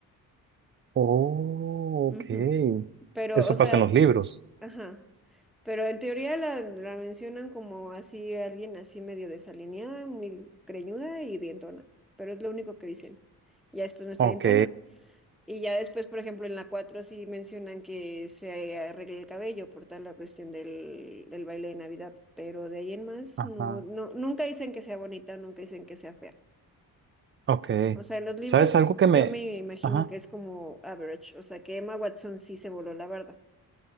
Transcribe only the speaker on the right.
Oh,
ok.
Eso
pasa en los libros.
Ok,
ajá,
ok.
¿Sabes algo que me...
Ajá,